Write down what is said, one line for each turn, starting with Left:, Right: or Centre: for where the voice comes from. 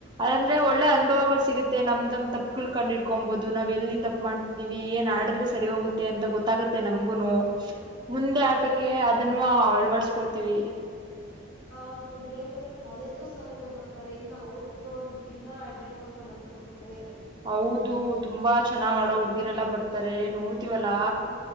Right: ಅಂದ್ರೆ ಒಳ್ಳೆ ಅನುಭವಗಳು ಸಿಗುತ್ತೆ ನಮ್ದಮ್ ತಪ್ಪ ಗಳ್ ಕಂಡ ಹಿಡ್ಕೊಂಬಹದು ನಾವ ಎಲ್ಲಿ ತಪ್ಪ ಮಾಡ್ತೀವಿ ಏನ್ ಆಡಿದ್ರೆ ಸರಿ ಹೋಗುತ್ತೆ ಅಂತ ಗೊತ್ತಾಗುತ್ತೆ ನಮಗೂನು ಮುಂದೆ
Left: ಆ
Right: ಆಟಕ್ಕೆ
Left: ಮತ್ತೆ
Right: ಅದನ್ನು ಅಳ್ವಡ್ಸ್ಕೋತೀವಿ
Left: ಹ ಮತ್ತೆ ಬೇರೆ ಬೇರೆ ಕಾಲೇಜಸ್ ಅವರೆಲ್ಲ ಬರ್ತಾರೆ ತಾರೆ ಇನ್ನ್ ಅವ್ರನ್ ನೋಡ್ಬಿಟ್ಟು ಇನ್ನ ಆಡ್ಬೇಕು ಅಂತ ಮನ್ಸ್ ಬರುತ್ತೆ
Right: ಹೌದು ತುಂಬಾ ಚೆನ್ನಾಗ್ ಆಡೋ ಹುಡ್ಗಿರೆಲ್ಲಾ ಬರ್ತಾರೆ ನೋಡ್ ತಿವಲ್ಲ
Left: ಹಾ